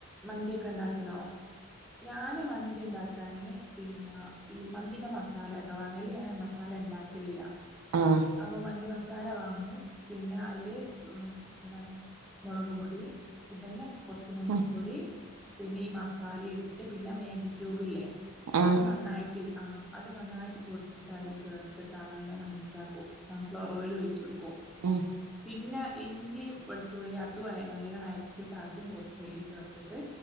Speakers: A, in the centre; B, on the right.
A: മന്തിക്കെ ണ്ടാക്കലോ ഞാന് മന്തി ണ്ടാക്കാന് പിന്നെ ഈ മന്തിന്റെ മസാലട്ടോ വാങ്ങല് ഞാ ന് മസാലണ്ടാക്കലില്ല.
B: ആഹ്
A: അപ മന്തി മ സാല വാങ്ങും പിന്നെ അയ്ല് ന്താണ് മുളക് പൊടി ഇതന്നെ കൊർച്ച് മഞ്ഞപ്പൊടി
B: ആഹ്
A: പിന്നെ ഈ മസാലീട്ട്ട്ട് പിന്നെ മാഗി ക്യൂബില്ലേ
B: ആഹ്
A: അത് നന്നായ്റ്റ് ആഹ് അത് നന്നായ്റ്റ് പൊടിച്ച്ട്ട് അയ്ല് ചേർത്തിട്ട് നല്ലോണം മിക്സ്സാക്കും സൺഫ്ലവറോയിലും ഒയ്ച്ചൊ ട്ക്കും
B: ആഹ്
A: പിന്നെ ഇൻജീമ്, വെളുത്തുള്ളി അതും നല്ലണ്ണം അരച്ച്ട്ട് അതും കൊർച്ച് അയ്ല് ചേർ ്